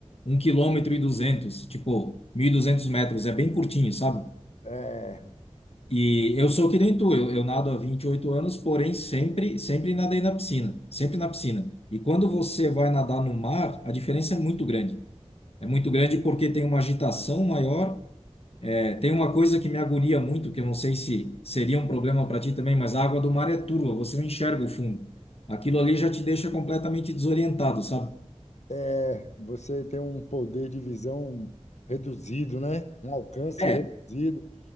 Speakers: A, on the left (about 60°); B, on the left (about 85°).
A: um quilômetro e duzentos, tipo, 1.200 metros, é bem curtinho, sabe?
B: É.
A: E eu sou que nem tu, eu, eu nado há 28 anos, porém sempre, sempre nadei na piscina, sempre na piscina. E quando você vai nadar no mar, a diferença é muito grande. É muito grande porque tem uma agitação maior. É, tem uma coisa que me agonia muito, que eu não sei se seria um problema para ti também, mas a água do mar é turva, você não enxerga o fundo. Aquilo ali já te deixa completamente desorientado, sabe?
B: É, você tem um poder de visão reduzido, né? Um alcance
A: É,
B: reduzido.